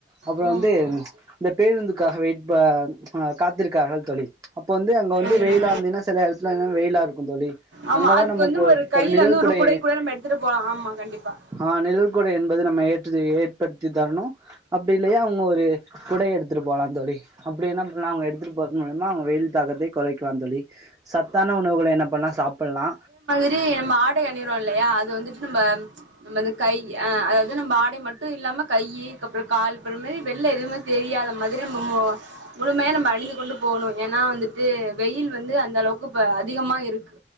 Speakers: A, on the right; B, on the right.
A: அப்பற
B: ஆமா ஆமா
A: வந்து இந்த பேருந்துக்காக வெயிட் பா ஆ காத்திருக்காங்க தோழி அப்ப வந்து அங்க வந்து
B: ஆமா
A: வெயிலா இருந்தீன்னா சில <unintelligible> வெயிலா இருக்கு தோழி
B: ஆமா
A: அங்கெல்லா
B: அதுக்கு
A: நமக்கு
B: வந்து
A: ஒரு கு
B: கையில
A: நிழல்
B: வந்து
A: குடை
B: ஒரு கூட நம்ம எடுத்துட்டு போலா ஆமா கண்டிப்பா
A: அ நிழல்குடை என்பது நம்ம ஏற்று ஏற்படுத்தி தரணு அப்டி இல்லையா அவங்க ஒரு குடை எடுத்துட்டு போலாந் தோழி அப்டி என்ன பண்ணலா அவுங்க எடுத்துட்டு போறது மூலியமா அவுங்க வெயில் தாக்கத்தை குறைக்கலா தோழி சத்தான உணவுகள என்ன பண்லா சாப்பில்லா
B: இ நம்ம ஆடை அணியறோ இல்லையா அது வந்துட்டு நம்ம நம்ம இந்த கை அ அதாவது நம்ம ஆடை மட் ட்டு இல்லாம கையி கப்பறோ கால் போற மாரி வெள்ல எவுமே தெரியாத மாரி நம்ம மொ முழுமையா நம்ம அணிந்து கொண்டு போகணு ஏனா வந்துட்டு வெயில் வந்து அந்த அளவுக்கு இப்ப அதிகமா இருக்கு